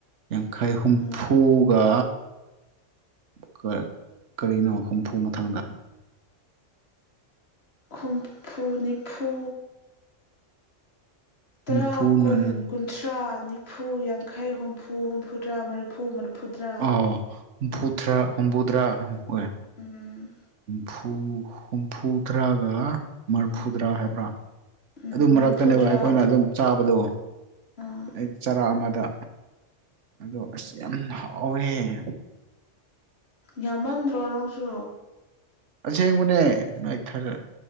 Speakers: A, on the right; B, on the left.
A: ꯌꯥꯡꯈꯩ ꯍꯨꯝꯐꯨꯒ
B: ꯎꯝ
A: ꯀ꯭ꯔ ꯀꯔꯤꯅꯣ ꯍꯨꯝꯐꯨ ꯃꯊꯪꯒ
B: ꯍꯨꯝꯐꯨ ꯅꯤꯐꯨ ꯇꯔꯥ
A: ꯅꯤꯐꯨꯅ
B: ꯀꯨꯟ ꯀꯨꯟꯊ꯭ꯔꯥ ꯅꯤꯐꯨ ꯌꯥꯡꯈꯩ ꯍꯨꯝꯐꯨ ꯍꯨꯝꯐꯨꯗ꯭ꯔꯥ ꯃꯔꯤꯐꯨꯗ꯭ꯔꯥ
A: ꯑꯣ ꯍꯨꯝꯐꯨꯊ꯭ꯔꯥ ꯍꯨꯝꯕꯨꯗ꯭ꯔꯥ ꯍꯨꯝ <unintelligible>
B: ꯎꯝ
A: ꯍꯨꯝꯐꯨ ꯍꯨꯝꯐꯨ ꯗ꯭ꯔꯒ ꯃ꯭ꯔꯐꯨꯗ꯭ꯔꯥ
B: ꯎꯝ
A: ꯍꯥꯏꯕ꯭ꯔꯥ
B: ꯎꯝ
A: ꯑꯗꯨ ꯃꯔꯛꯇꯅꯦꯕ
B: ꯃꯔꯤꯐꯨꯗ꯭ꯔꯥ
A: ꯑꯩꯈꯣꯏꯅ ꯑꯗꯨꯝ ꯆꯥꯕꯗꯣ
B: ꯑꯥ
A: ꯑꯩ ꯆꯔꯥ ꯑꯃꯗ ꯑꯗꯣ ꯑꯁ ꯌꯥꯝ ꯍꯥꯎꯔ꯭ꯦꯌ
B: ꯌꯥꯃꯟꯗ꯭ꯔꯣꯅꯪꯁꯨ
A: ꯑꯁꯦꯡꯕꯅꯦ ꯅꯣꯏ ꯊꯥꯔꯠ